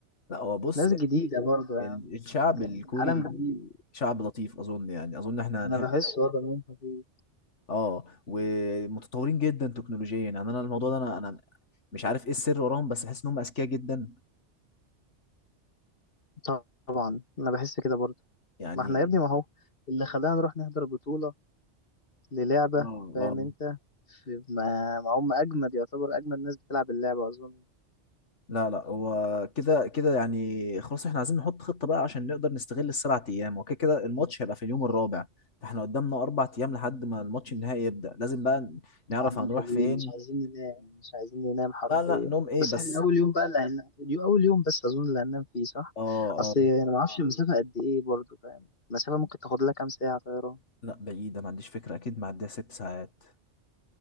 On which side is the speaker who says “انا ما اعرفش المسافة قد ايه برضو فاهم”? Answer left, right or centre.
Left